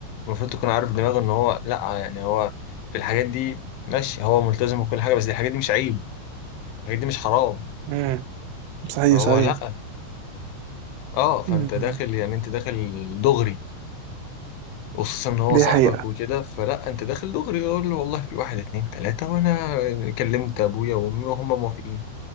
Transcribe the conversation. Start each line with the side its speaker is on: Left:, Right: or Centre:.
Left: المفروض تكون عارف دماغه ان هو لا يعني هو في الحاجات دي ماشي هو ملتزم وكل حاجه بس دي الحاجات دي مش عيب الحاجات دي مش حرام
Right: امم صحيح
Left: فهو
Right: صحيح
Left: لا اه فانت
Right: امم
Left: داخل يعني انت داخل دغري خصوصا ان هو
Right: دي
Left: صاحبك
Right: حقيقه
Left: وكده فلا انت داخل دغري يقول له والله في واحد اتنين تلاته وانا كلمت ابويا وامي وهم موافقين